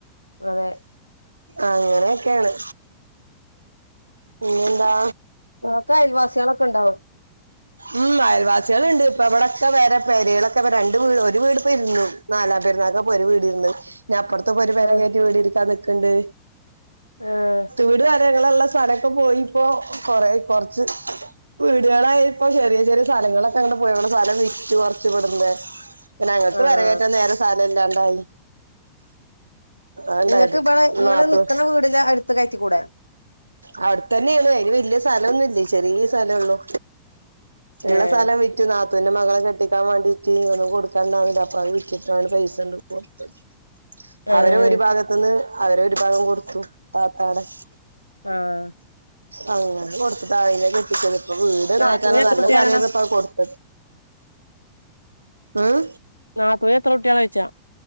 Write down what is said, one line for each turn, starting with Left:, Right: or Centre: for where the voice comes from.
Left: അതെ
Right: അങ്ങനെയൊക്കെയാണ്. പിന്നെന്താ?
Left: നമ്മക്ക് അയൽവാസികളൊക്കെ ഉണ്ടാവും.
Right: ഉം അയൽവാസികളുണ്ട് ഇപ്പ ഇവിടൊക്കെ വര പേരുകളൊക്കെ അപ്പ രണ്ട് വീട് ഒരു വീട് ഇപ്പരിന്നു നാലാം പേരുന്നൊക്കെ ഒരു വീട് ഇരുന്ന് ഇനിഅപ്പുറത്ത ഒരു പെര
Left: ആഹ്
Right: കയറ്റി വീട് ഇരിക്കാ നിക്കണ്ട്
Left: ആഹ്
Right: വീട്കരകുള്ള സ്ഥലൊക്കെ പോയിപ്പോ കൊറ കുറച്ച് വീടുകളായി ഇപ്പൊ ചെറിയ ചെറിയ സ്ഥലങ്ങളൊക്കെ അങ്ങനെ പോയി. ഇവിടെ സ്ഥലം വിറ്റ് കുറച്ചു വിടുന്ന. പിന്നെ ഞങ്ങക്ക്
Left: ആഹ്
Right: പെര കേറ്റാൻ നേരെ സലം ഇല്ലാണ്ടായി. അത്ണ്ടായത്
Left: നിങ്ങക്ക് ഇവിടെ നിങ്ങള്
Right: നാത്തൂ
Left: നിക്കണ വീടിൻ്റെ അടുത്ത കയറ്റി കൂടെ
Right: അവിടെത്ത തന്നെണ്. അതിന് വല്യ സ്ഥലം മെന്നും ഇല്ലേ ചെറിയ സ്ഥല ഒള്ളു. ഉള്ള
Left: ഏഹ്
Right: സഥലം വി ന്റെ നാത്തുന്റെ മകളെ കെട്ടിക്കാൻ വേണ്ടിയിട്ട് ഒന്നും കൊടുക്കാണ്ടാവില്ല. അപ്പോഅത് വിറ്റിട്ടാണ്പൈസ അങ്ങട്ട് കൊടുത്തത്. അവരെ
Left: ആഹ്
Right: ഓരി ഭാഗത്തു നിന്ന് അവരെ ഓരിഭാഗം കൊടുത്തു താത്താടെ
Left: ആഹ്
Right: അങ്ങനെ കൊടുത്തിട്ടാ അതിനെ കെട്ടിക്കുന്നത്. ഇപ്പം വീട്
Left: നാത്തൂന്
Right: കാട്ടാനുള്ള
Left: എത്ര
Right: നല്ല
Left: കുട്ടികളാ
Right: സ്ഥലയായിരുന്നു ഇപ്പം അത് കൊടുത്തത് ഉം
Left: നാത്തുന് എത്രകുട്ട്യാളാ യ്ച്ചാ